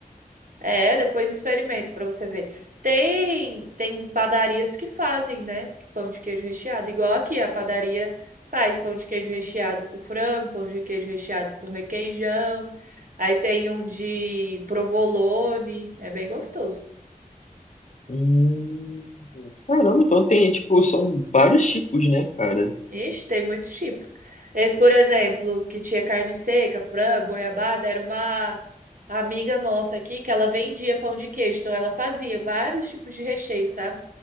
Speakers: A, on the right; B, on the left.
A: É, depois experimenta pra você ver. Tem tem padarias que fazem, né? Pão de queijo recheado, igual aqui a padaria faz pão de queijo recheado com frango, pão de queijo recheado com requeijão. Aí tem um de provolone, é bem gostoso.
B: Hum, caramba, então tem, tipo, são vários tipos, né, cara?
A: Ixi, tem muitos tipos. Esse, por exemplo, que tinha carne seca, frango, goiabada, era uma amiga nossa aqui que ela vendia pão de queijo, então ela fazia vários tipos de recheio, sabe?